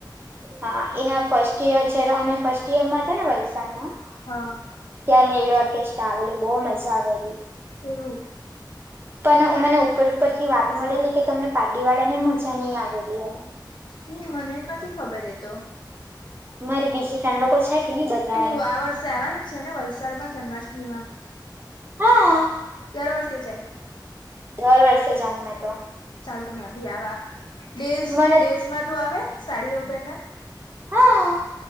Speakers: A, on the right (about 30°); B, on the left (about 75°).
A: હા એના ફર્સ્ટ યર જ્યારે અમે ફર્સ્ટ યર માં હતા ને વલસાડમાં
B: હા
A: ત્યારે નીલુ ઓર્કેસ્ટ્રા આવેલું બહુ મજા આવેલી.
B: એવું
A: પણ અમને ઉપર ઉપર થી વાત મળેલી કે તમને પારડી વાળા ને મજા નહી આવેલી એમ
B: ની મને નથી ખબર એતો
A: મારી બીજી ફ્રેડ લોકો છે કે નઈ બધા
B: તું
A: એમ.
B: આ વર્ષે આવાની છે ને વલસાડમાં જન્માષ્ટમીમાં
A: હા.
B: દર વર્ષે જાય.
A: દર વર્ષે જાઉ મેં તો.
B: ચાલ તો મેબી આવા દેસ
A: મને
B: દેસ માં તું આવે સાડીઓ પેરને
A: હા